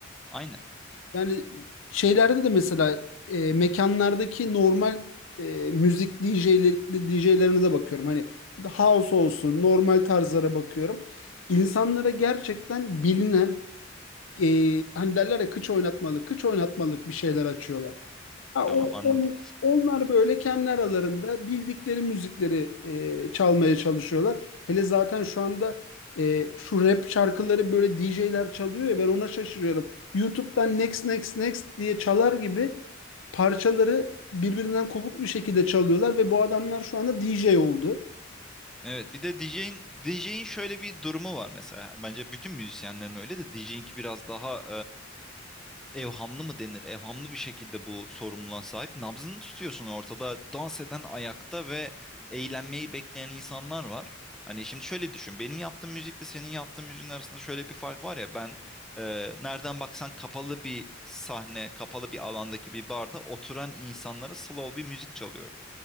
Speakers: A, in the centre; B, on the left.
A: Aynen.
B: Yani şeylerde de mesela e, mekanlardaki normal e, müzik DJ'leri, DJ'lerine de bakıyorum. Hani house olsun, normal tarzlara bakıyorum. İnsanlara gerçekten bilinen e, hani derler ya kıç oynatmalık, kıç oynatmalık bir şeyler açıyorlar. Ha,
A: Tamam
B: o,
A: anladım.
B: on- onlar böyle kendi aralarında bildikleri müzikleri e, çalmaya çalışıyorlar. Hele zaten şu anda e, şu rap şarkıları böyle DJ'ler çalıyor ya ben ona şaşırıyorum. YouTube'dan next next next diye çalar gibi parçaları birbirinden kopuk bir şekilde çalıyorlar ve bu adamlar şu anda DJ oldu.
A: Evet bir de DJ'in DJ'in şöyle bir durumu var mesela. Bence bütün müzisyenlerin öyle de DJ'inki biraz daha e, evhamlı mı denir? Evhamlı bir şekilde bu sorumluluğa sahip. Nabzını tutuyorsun ortada. Dans eden ayakta ve eğlenmeyi bekleyen insanlar var. Hani şimdi şöyle düşün. Benim yaptığım müzikle senin yaptığın müziğin arasında şöyle bir fark var ya. Ben e, nereden baksan kapalı bir sahne, kapalı bir alandaki bir barda oturan insanlara slow bir müzik çalıyorum.